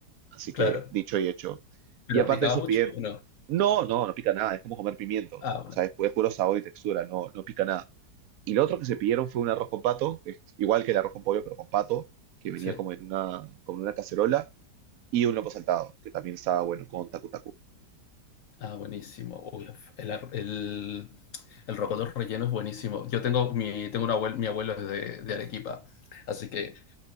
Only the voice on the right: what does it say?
Así que
dicho y hecho.
Y aparte
de eso,
pide,
no, no, no pica nada, es como comer pimientos,
o sea, es, pu- es puro sabor y textura, no, no pica nada. Y lo otro que se pidieron fue un arroz con pato, que es igual que el arroz con pollo, pero con pato, que venía
como en una, como en una cacerola y un loco saltado, que también estaba bueno con Taku Taku.